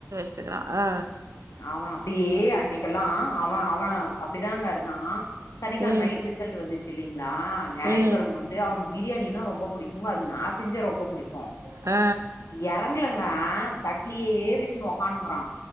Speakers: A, on the right; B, on the left.
A: சிக்கறா ஆ
B: அவ அப்டியே அன்னைக்கெல்லா அவ அவ அப்டிதாங்க இருந்தா சனிக்கெழம
A: ம்
B: நைட் ரிசல்ட் வந்துச்சில்லீங்ளா ஞாய்த்துக்கெழம
A: ம்
B: வந் து அவனுக் பிரியாணின்னா ரொம்ப புடிக்குங்க அது நா செஞ்சா ரொம்ப புடிக்கு
A: ஆ
B: எறங்லங்க தட்லியே வெஸ்ணு ஒக்கானுக்கறா